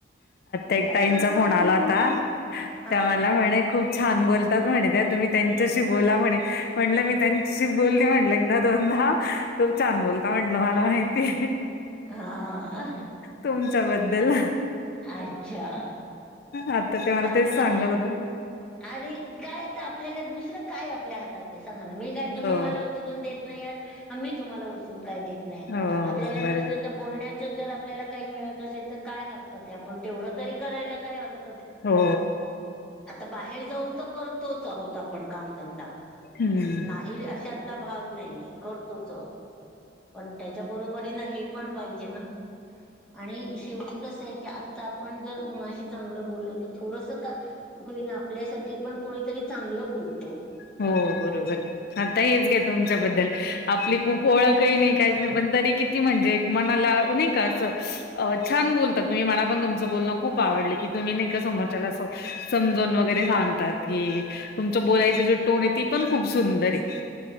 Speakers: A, on the left; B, in the centre.
A: एक
B: काय
A: ताईचा फोन आला होता.
B: हा
A: त्या मला म्हणे खूप छान बोलतात. म्हणे त्या तुम्ही त्यांच्याशी बोला म्हणे म्हंटलं मी त्यांच्याशी बोलली म्हटलं! दोनदा तुम्ही छान छान बोलता म्हंटलं मला माहिती.
B: हा
A: तुमच्याबद्दल
B: अच्छा
A: आता ते मला
B: चांगलंय
A: तेच सांगत होते
B: अरे काय आता आपल्याला दुसरं काय आपल्या हातात ते सांगा ना मी काय तुम्ही
A: हो
B: मला उचलून देत नाही आहात का मी तुम्हाला उचलून काय देत नाही आहे
A: हो
B: आपल्याला
A: बरे
B: नुसत जमतं बोलण्याच जर आपल्याला काही मिळत असेल तर काय हरकत आहे आपण तेवढं तरी करायला काय हरकत
A: हो
B: आता बाहेर जाऊन तर करतोच आहोत आपण कामधंदा
A: हम्म
B: नाही अशतला भाग नाहीये करतोच आहोत पण त्यांच्या बरोबरीन हे पण पाहिजे ना. आणि शेवटी कसं आहे की, आत्ता आपण जर कुणाशी चांगलं बोलल तर थोडंस का होईना आपल्यासाठी पण कोणीतरी चांगलं बोलतो.
A: हो बरोबर आहे. आता हेच घ्या तुमच्याबद्दल आपली खूप ओळखही नाही काहीच नाही पण तरी कि ती म्हणजे मनाला नाही का असं छान बोलतात, तुम्ही मला पण तुमचं बोलणं खूप आवडले की तुम्ही नाहीका, समोरच्याला असं समजून वगैरे सांगतात हे तुमचं बोलायचं जो टोन आहे, ती पण खूप सुंदर आहे.